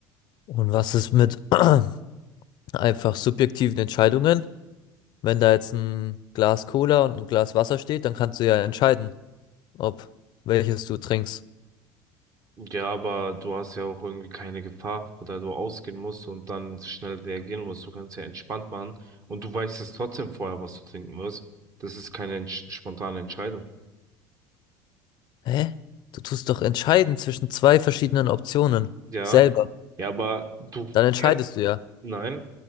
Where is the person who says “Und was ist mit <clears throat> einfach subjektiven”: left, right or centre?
Left